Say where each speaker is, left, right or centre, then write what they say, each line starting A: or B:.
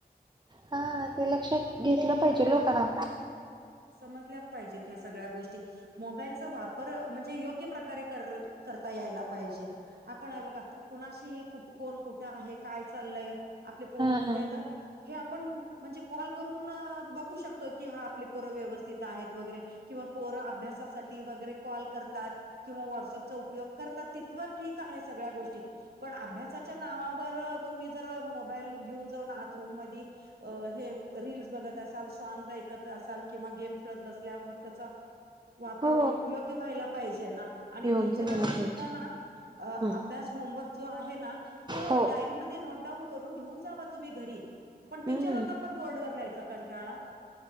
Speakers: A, on the right; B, on the right.
A: हा ते लक्षात घेतलं पाहिजे लोकांना
B: समजल्या पाहिजेत ह्या सगळ्या गोष्टी. मोबाईलचा वापर म्हणजे योग्य प्रकारे कर करता यायला पाहिजे. आपण आहे बघा कुणाशी हे कुठ? कोण कुठे आहे? काय चाललंय? आपले पोरं
A: हां,
B: कुठे
A: हां.
B: आहे तर हे आपण म्हणजे कॉल करून बघू शकतो की हा आपले र व्यवस्थित आहेत वगरे किंवा पोर अभ्यासासाठी वगैरे कॉल करतात. किंवा व्हॉट्सअपचा उपयोग करतात तीथवर ठीक आहे सगळ्या गोष्टी. पण अभ्यासाच्या नावावर तुम्ही जर मोबाईल घेऊन जाऊन आत रूम म अ हे रीलस बघत असाल, सॉग् ऐकत असाल. किंवा गेम खेळत बसल्यावर मग त्याचा वापर
A: हो,
B: योग्य व्हायला पाहिजे ना आणि
A: योग्य
B: टीचरांनी
A: व्हायला पाहिजे.
B: सुद्धा ना अ
A: हं,
B: अभ्यास होमवर्क जो आहे ना तो
A: हो.
B: डायरीमध्ये नोटडाऊन करू न घेऊन जा तुम्ही घरी पण
A: हं,
B: टीचरांना पण बोर्ड वर लिहायचा कंटाळा.